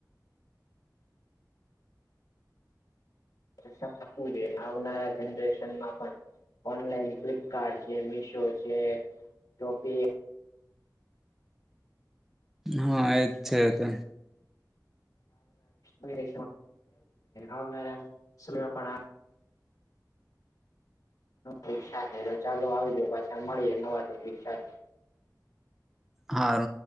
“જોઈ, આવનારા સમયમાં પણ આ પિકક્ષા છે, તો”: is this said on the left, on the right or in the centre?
Left